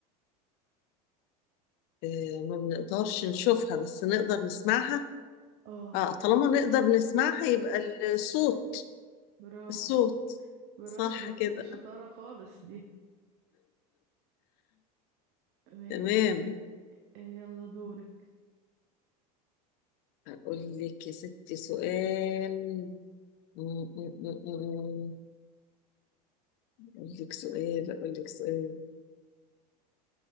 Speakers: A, on the left (about 55°); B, on the right (about 60°).
A: آه، ما بنقدرش نشوفها بس نقدر نسمعها
B: اه
A: اه طالما نقدر نسمعها يبقى الصوت
B: برافو
A: الصوت
B: برافو
A: صح كده
B: دي شطارة خالص دي ماشي
A: تمام
B: إيه يلا دورك
A: اقول لك يا ستي سؤال م- م- م- م- اقول لك سؤال اقول لك سؤال